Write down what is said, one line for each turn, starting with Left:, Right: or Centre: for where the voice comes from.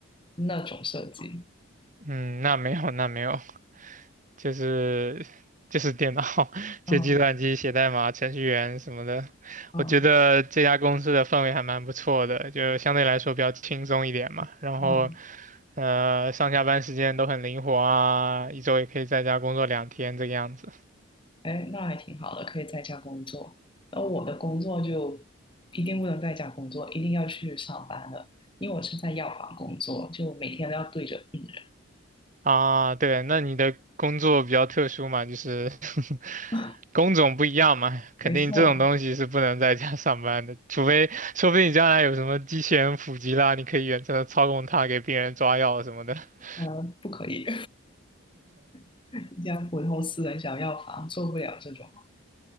Left: 那种设计。
Right: 嗯，那没有那没有。就是就是电脑，<laughs> 就计算机写代码、
Left: 嗯
Right: 程序员什么的。
Left: 嗯
Right: 我觉得这家公司的氛围还蛮不错的，就相对来说比较轻松一点嘛。然后，
Left: 嗯。
Right: 呃，上下班时间都很灵活啊，一周也可以在家工作两天这个样子。
Left: 哎，那还挺好的，可以在家工作。而我的工作就一定不能在家工作，一定要去上班的，因为我是在药房工作，就每天都要对着病人。
Right: 啊，对，那你的工作比较特殊嘛，就是 <laughs>
Left: <laughs>
Right: 工种不一样嘛，肯定这种东西是不能在家上班的，
Left: 没错，
Right: 除非说不定你将来有什么机器人普及啦，你可以远程的操控它给病人抓药什么的。<laughs>
Left: 嗯，不可以，<laughs> 一家普通私人小药房做不了这种。